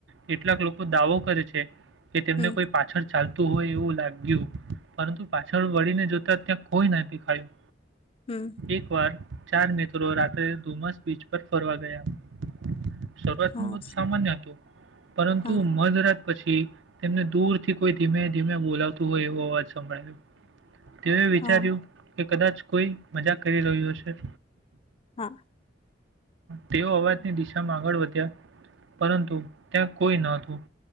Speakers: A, on the right (about 75°); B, on the left (about 30°).
A: કેટલાક લોકો દાવો કરે છે કે તેમને
B: હમ
A: કોઈ પાછળ ચાલતું હોય એવું લાગ્યું પરંતુ પાછળ વળીને જોતા ત્યાં કોઈ ના દેખાયું
B: હમ
A: એક વાર ચાર મિત્રો રાત્રે ધુમ્મસ બીચ પર ફરવા ગયા શરૂઆત
B: હા
A: નુ નુ સામાન્ય હતું પરંતુ
B: હા
A: મધ રાત પછી તેમને દૂર થી કોઈ ધીમે ધીમે બોલાવતું હોય એવો અવાજ સંભળાય રુ તે વિચાર્યું
B: હા
A: કે કદાચ કોઈ મજા કરી રહ્યું હશે
B: હા
A: તેઓ અવાજની દિશામાં આગળ વધ્યા પરંતુ ત્યાં કોઈ ન હતું